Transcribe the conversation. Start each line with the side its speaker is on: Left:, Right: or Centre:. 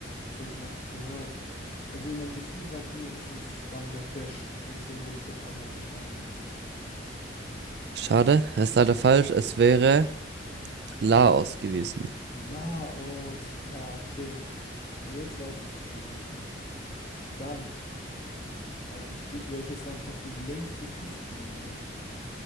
Left: zu welchem Land es gehört. Also mein Gefühl sagt mir, es ist Bangladesch. Und deswegen logge ich auch Bangladesch ein.
Right: Schade, ist leider falsch. Es wäre Laos gewesen.
Left: Laos, ja, okay. Aber jetzt weiß ich es zumindest. Dann frage ich dich, welches Land hat die längste Küstenlinie?